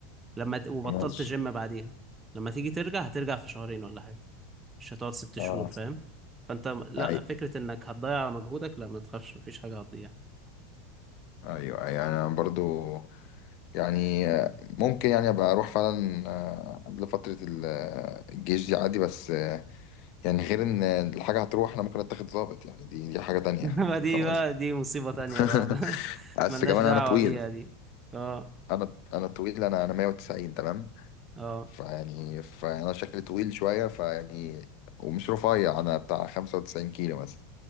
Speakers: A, on the right; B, on the left.
A: لما ت- وبطلت
B: ماشي
A: جيم بعديها لما تيجي ترجع هترجع في شهرين ولا حاجة مش هتقعد ست شهور
B: اه
A: فاهم فانت م- لا
B: ايوه
A: فكرة انك هتضيع مجهودك لا ما تخافش مفيش حاجة هتضيع
B: ايوه يعني انا برضو يعني آه، ممكن يعني ابقى اروح فعلا آه، قبل فتره ال- آه، الجيش دي عادي بس يعني غير ان الحاجه هتروح انا ممكن اتاخد ظابط يعني دي دي حاجه تانية
A: <laughs> ما دي
B: فاهم
A: بقى
B: قصدي
A: دي مصيبة تانية
B: <laughs>
A: بقى <laughs>
B: بس
A: ملناش
B: كمان
A: دعوة
B: انا طويل
A: بيها دي اه
B: انا انا طويل انا انا 190 تمام
A: اه
B: فيعني فانا شكلي طويل شويه فيعني ومش رفيع انا بتاع 95 كيلو مثلا